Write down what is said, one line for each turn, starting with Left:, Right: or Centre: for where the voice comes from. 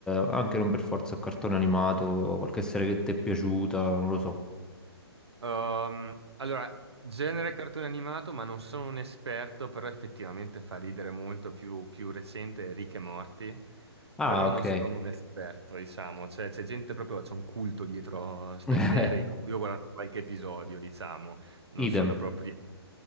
Centre: anche non per forza a cartone animato, qualche serie che ti è piaciuta, non lo so.
Right: Ehm, allora, genere cartone animato, ma non sono un esperto, però effettivamente fa ridere molto più, più recente Rick e Morty,
Centre: Ah,
Right: però non
Centre: ok.
Right: sono un esperto, diciamo, cioè c'è gente proprio, c'è un culto dietro a ste
Centre: <laughs>
Right: serie, in cui io ho guardato qualche episodio, diciamo, non
Centre: Idem.
Right: sono proprio,